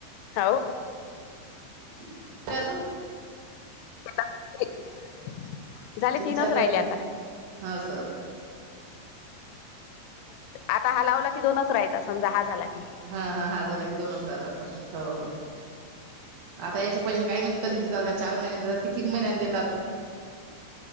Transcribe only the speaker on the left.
काहो
<unintelligible>
राहिले आता
आता हा लावला की दोनच राहता समजा हा झाला की,